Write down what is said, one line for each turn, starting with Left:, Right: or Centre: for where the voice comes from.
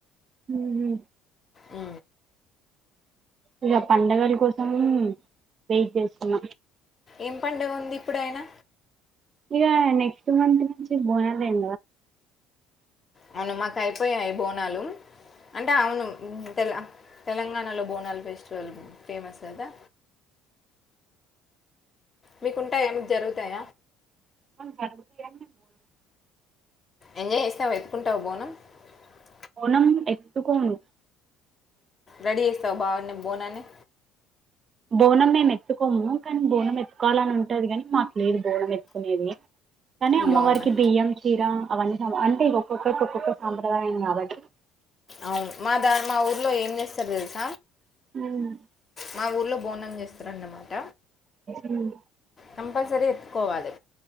Right: హు హు
Left: అ
Right: ఇగ పండగల కోసం వెయిట్ చేస్తున్న
Left: ఏం పండుగ ఉంది ఇప్పుడుయినా
Right: ఇక నెక్స్ట్ మంత్ నుంచి బోనాల <inaudible>
Left: అవును మాకు అయిపోయాయి బోనాలు అంటే అవును <unintelligible> తెలంగాణలో బోనాలు ఫెస్టివల్ ఫేమస్ కదా మీకుంటాయా మీకు జరుగుతాయ
Right: <unintelligible>
Left: ఎంజాయ్ చేస్తావు వెత్తుకుంటావ <unintelligible>
Right: బోనం ఎతుకోను
Left: రెడీ చేస్తావ బాగనే బోనాన్ని
Right: బోనం మేము ఎత్తుకోము కానీ బోనం ఎత్తుకోవాలని ఉంటది కాని మాకు లేదు బోనం ఎత్తుకునేది కానీ
Left: అయ్యో
Right: అమ్మవారికి
Left: అవునా
Right: బియ్యం చీర అవన్నీ అంటే ఒక్కొక్కటికి ఒక్కొక్క సాంప్రదాయం కాబట్టి
Left: అవును మా దా మా ఊర్లో ఏం చేస్తారో తెలుస
Right: ఉమ్
Left: మా ఊర్లో బోనం చేస్తారన్నమాట
Right: ఉమ్
Left: కంపల్సరీ ఎత్తుకోవాలి